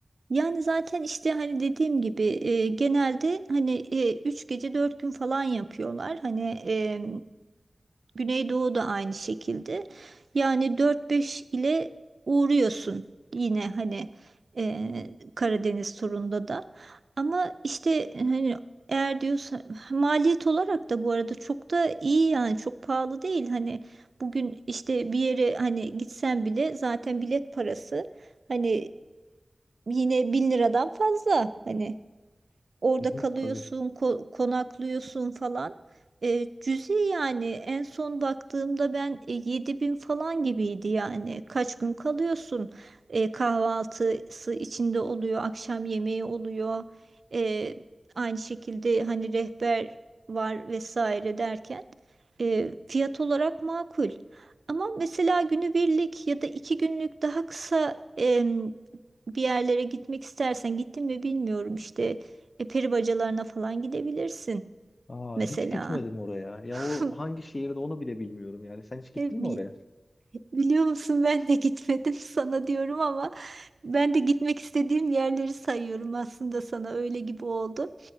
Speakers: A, on the right (about 65°); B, on the left (about 55°).
A: Yani zaten işte hani dediğim gibi e, genelde hani e, 3 gece 4 gün falan yapıyorlar. Hani e, Güneydoğu da aynı şekilde. Yani dört beş ile uğruyorsun yine hani e, Karadeniz turunda da. Ama işte hani eğer diyorsa maliyet olarak da bu arada çok da iyi yani çok pahalı değil. Hani bugün işte bir yere hani gitsen bile zaten bilet parası hani yine bin liradan fazla. Hani. Orada
B: Hı hı,
A: kalıyorsun,
B: tabii.
A: ko- konaklıyorsun falan. E, cüzi yani en son baktığımda ben e, 7000 falan gibiydi yani. Kaç gün kalıyorsun? E, kahvaltısı içinde oluyor, akşam yemeği oluyor. E, aynı şekilde hani rehber var vesaire derken e, fiyat olarak makul. Ama mesela günübirlik ya da iki günlük daha kısa em, bir yerlere gitmek istersen gittin mi bilmiyorum işte e, peri bacalarına falan gidebilirsin
B: Aa,
A: mesela.
B: hiç gitmedim oraya.
A: <laughs>
B: Ya o hangi şehirde onu bile bilmiyorum yani. Sen hiç gittin
A: E,
B: mi
A: bi-
B: oraya?
A: biliyor musun ben de gitmedim <laughs> sana diyorum ama ben de gitmek istediğim yerleri sayıyorum aslında sana öyle gibi oldu.